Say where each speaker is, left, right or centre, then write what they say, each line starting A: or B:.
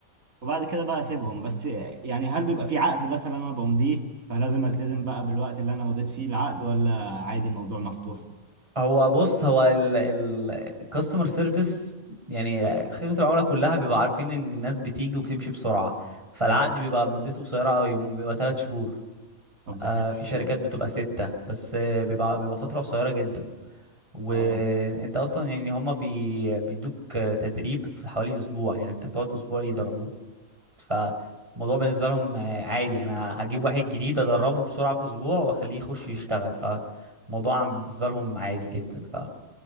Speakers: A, on the right; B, on the right.
A: وبعد كده بقى اسيبهم بس يعني هل بيبقى في عقد مثلا انا بمضيه فلازم التزم بقى بالوقت اللي انا مضيت فيه العقد ولا عادي الموضوع مفتوح
B: هو بص هو الكاستمر سيرفيس يعني خدمة العملاء كلها بيبقى عارفين ان الناس بتيجي وبتمشي بسرعة فالعقد
A: مم.
B: بيبقى مدته قصيرة قوي مو- بيبقى ثلاث شهور
A: طب ده
B: آه
A: حلو
B: في شركات
A: أوي ده
B: بتبقى ستة بس آه، بيبقى بيبقى فترة قصيرة جدا وانت
A: اه
B: اصلا يعني هما بي بيدوك آه، تدريب في حوالي اسبوع يعني انت بتقعد اسبوع يدربوك فالموضوع بالنسبة لهم آه، عادي انا هجيب واحد جديد ادربه بسرعة في اسبوع واخليه يخش يشتغل ف الموضوع بالنسبة لهم عادي جدا ف